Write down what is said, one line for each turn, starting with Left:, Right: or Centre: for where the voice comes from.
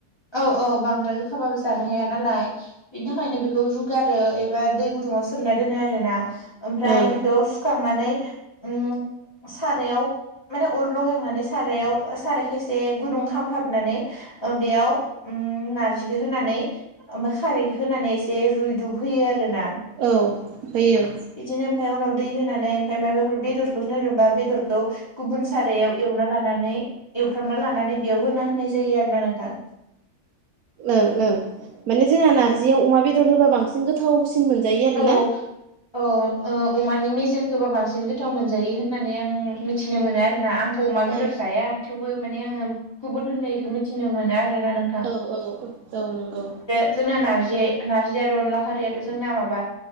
Left: औ औ बांद्राय गोखाबाबो जानो हाया नालाय बिनि थाखायनो बेखौ रु गारो एबा दै गुदुंआव सोमना दोनो आरो ना। ओमफ्राय
Right: ओं
Left: बेखौ सुखांनानै उम सारायाव माने अर लगायनानै सारायाव साराय खेसे गुदुं खाम हाबनानै ओ बेयाव उम नारजिखौ होनानै ओमफ्राय खारै होनानै एसे रुइदुब होयो आरो ना
Right: औ होयो
Left: बिदिनो ओमफाय उनाव दै होनानै ओमफाय माबाफोर बेदरखौनो होरोबा बेदरखौ गुबुन सारायाव एवना लानानै एवफ्रामना लानानै बेयाव होना होनाय जायो आरोना नों थां
Right: ओं ओं माने जोंहा नारजियाव अमा बेदर होबा बांसिन गोथावसिन मोनजायो आरो
Left: औ
Right: ना
Left: औ ओ अमानि मेजेमखो होबा बांसिन गोथाव मोनजायो होननानै आं मिथिनो मोनो आरोना आं अमा बेदर
Right: ओं
Left: जाया थेवबो माने आङो गुबुन होननायखौ मिथिनो मोनो आरोना नों
Right: औ औ औ औ नंगौ
Left: जोंना नारजि नारजि आरो अनला खारियाथ' जोंना माबा